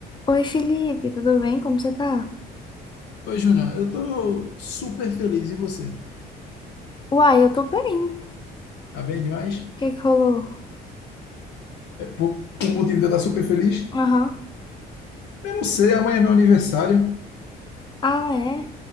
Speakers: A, on the left; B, on the left.
A: Oi, Felipe, tudo bem? Como você tá?
B: Oi, Juna, eu tô super feliz. E você?
A: Uai, eu tô bem. O
B: Tá bem demais?
A: que que rolou?
B: É por, por motivo de eu estar super feliz?
A: Aham.
B: Eu não sei, amanhã é meu aniversário.
A: Ah, é?